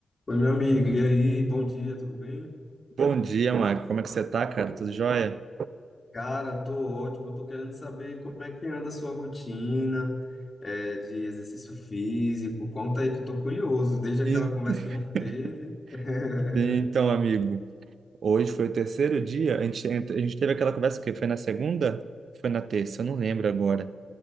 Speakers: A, on the left (about 35°); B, on the right (about 75°).
A: Oi, meu amigo, e aí? Bom dia, tudo bem?
B: Bom dia, Marco. Como é que você tá, cara? Tudo jóia?
A: Cara, tô ótimo. Eu tô querendo saber como é que anda a sua rotina, eh, de exercício físico. Conta aí que eu tô curioso, desde aquela
B: Ent-
A: conversa que a gente
B: <laughs>
A: teve. <laughs>
B: Então, amigo, hoje foi o terceiro dia. A gente, a gente teve aquela conversa que foi na segunda? Foi na terça? Eu não lembro agora.